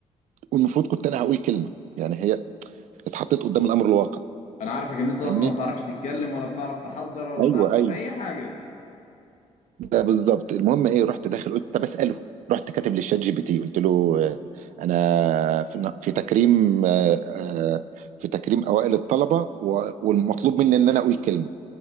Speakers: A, on the right; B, on the left.
A: والمفروض كنت انا هقول كلمه يعني هي اتحطيت قدام الامر الواقع
B: أنا عارفك إن أنت أصلا
A: فاهمني
B: ما بتعرفش تتكلم ولا بتعرف تحضر ولا بتعرف
A: ايوه
B: تقول
A: ايوه
B: أي حاجة
A: ده بالظبط المهم ايه رحت داخل قلت طب اساله رحت كاتب للشات جي بي تي قلت له آه، انا في في تكريم آه، آه، في تكريم اوائل الطلبه و- والمطلوب مني ان انا اقول كلمه